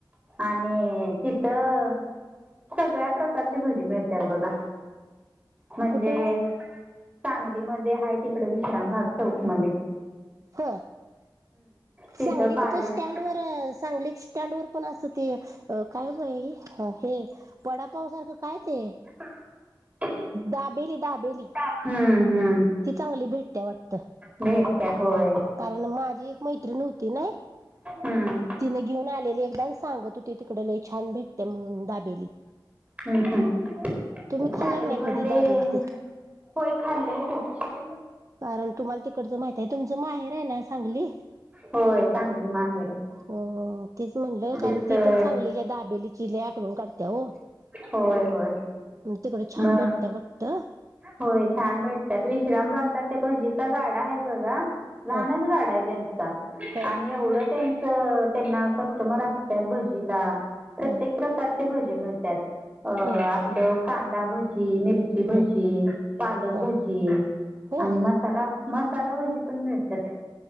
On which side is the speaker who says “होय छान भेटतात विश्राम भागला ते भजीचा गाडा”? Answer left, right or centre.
Right